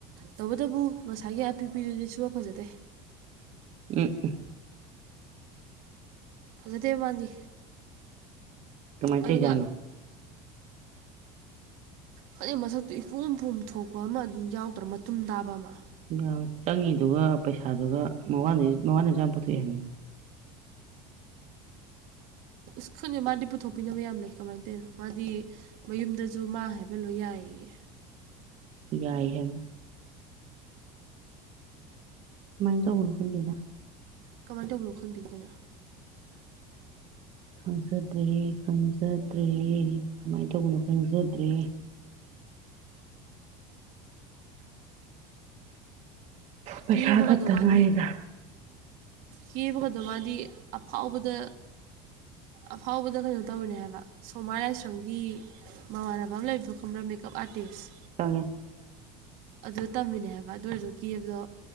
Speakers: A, on the right; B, on the right.
A: ꯇꯧꯕꯇꯕꯨ ꯉꯁꯥꯏꯒꯤ ꯑꯄꯤꯀꯄꯤꯗꯨꯗꯤ ꯁꯨꯐ ꯐꯖꯗꯦ
B: <unintelligible>
A: ꯐꯖꯗꯦ ꯃꯥꯗꯤ
B: ꯀꯃꯥꯏ
A: ꯑꯗꯨꯒ
B: ꯇꯩꯖꯥꯠꯅꯣ
A: ꯈꯪꯗꯦ ꯃꯁꯛꯇꯨ ꯏꯄꯣꯝ ꯄꯣꯝꯊꯣꯛꯄ ꯑꯃ ꯑꯗꯨꯝ ꯌꯥꯎꯗ꯭ꯔꯣ ꯃꯇꯨꯝ ꯇꯥꯕ ꯑꯃ
B: ꯌꯥꯎꯏ ꯆꯪꯉꯤꯗꯨꯒ ꯄꯩꯁꯥꯗꯨꯒ ꯃꯋꯥꯅ ꯃꯋꯥꯅꯖꯨ ꯌꯥꯝ ꯄꯨꯊꯣꯛꯑꯦ ꯍꯥꯏꯝꯅꯤ
A: ꯏꯁ ꯈꯪꯗꯦ ꯃꯥꯗꯤ ꯄꯨꯊꯣꯛꯄꯤꯅꯕ ꯌꯥꯝ ꯂꯩ ꯀꯃꯥꯏ ꯇꯧꯏꯅꯣ ꯃꯥꯗꯤ ꯃꯌꯨꯝꯗꯖꯨ ꯃꯥ ꯍꯥꯏꯕ ꯂꯣꯏ ꯌꯥꯏꯌꯦꯌꯦ
B: ꯌꯥꯏ ꯍꯥꯏꯝꯅꯤ ꯀꯃꯥꯏ ꯇꯧꯕꯅꯣ ꯈꯪꯗꯦꯗ
A: ꯀꯃꯥꯏ ꯇꯧꯕꯅꯣ ꯈꯪꯗꯦ ꯑꯩꯈꯣꯏꯅ
B: ꯈꯪꯖꯗ꯭ꯔꯦ ꯈꯪꯖꯗ꯭ꯔꯦ ꯀꯃꯥꯏ ꯇꯧꯕꯅꯣ ꯈꯪꯖꯗ꯭ꯔꯦ ꯄꯩꯁꯥ
A: ꯀꯦꯕꯒꯗꯣ
B: ꯈꯛꯇ
A: ꯃꯥꯗꯤ
B: ꯉꯥꯏꯔꯦꯗ
A: ꯀꯦꯕꯒꯗꯣ ꯃꯥꯗꯤ ꯑꯐꯥꯎꯕꯗ ꯑꯐꯥꯎꯕꯗ ꯀꯩꯅꯣ ꯇꯧꯔꯤꯅꯦ ꯍꯥꯏꯕ ꯁꯣꯃꯥ ꯂꯥꯏꯁ꯭ꯔꯝꯒꯤ ꯃꯃꯥꯅꯕ ꯑꯃ ꯂꯩꯕꯗꯣ ꯈꯪꯕꯔꯥ ꯃꯦꯀꯞ ꯑꯥꯔꯇꯤꯁ
B: ꯈꯪꯉꯦ
A: ꯑꯗꯨ ꯇꯝꯃꯤꯅꯦ ꯍꯥꯏꯕ ꯑꯗꯨ ꯑꯣꯏꯔꯖꯨ ꯀꯦꯕꯗꯣ